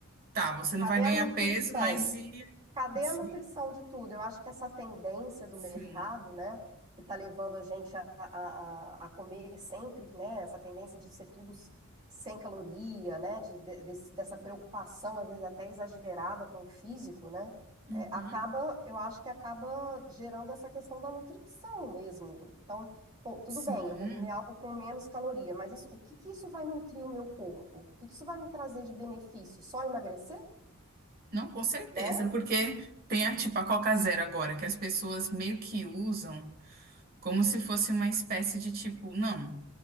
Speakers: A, on the right; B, on the right.
A: tá, você
B: Cadê
A: não vai ganhar
B: a nutrição?
A: peso, mas e.
B: Cadê
A: Sim,
B: a nutrição de tudo? Eu acho que essa tendência do
A: sim.
B: mercado, né, que está levando a gente a, a, a- comer sempre, né, essa tendência de ser tudo s- sem caloria, né, de, de- desse- dessa preocupação, às vezes até exagerada com o físico, né,
A: Uhum,
B: é, acaba, eu acho que acaba gerando essa questão da nutrição mesmo. Então, pô, tudo
A: sim.
B: bem, eu vou comer algo com menos caloria, mas isso, o que que isso vai nutrir o meu corpo? O que que isso vai me trazer de benefício? Só emagrecer?
A: Não, com certeza,
B: né?
A: porque tem a, tipo, a Coca Zero agora, que as pessoas meio que usam como se fosse uma espécie de tipo, não.